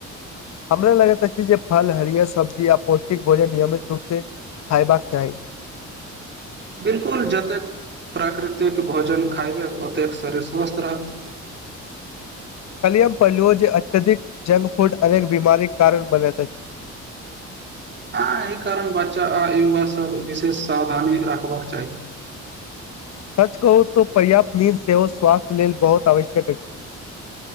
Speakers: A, on the left; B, on the right.
A: हमरा लगैत अछि जे फल हरियर सब्जी य पौष्टिक भोजन नियमित रूप से खायबाक चाही
B: बिलकुल जतेक प्राकृतिक भोजन खायबै ओतेक शरीर स्वस्थ रहत
A: कलियम प्लुओ जे अत्यधिक जंक फूड अनेक बीमारी कारण बने छै
B: हँ एहि कारण बच्चा आ युवा सब विशेष सावधानी राखबाक चाही
A: सच कहू तो पर्याप्त नींद सेहो स्वास्थ्य लेल बहुत आवश्यक अछि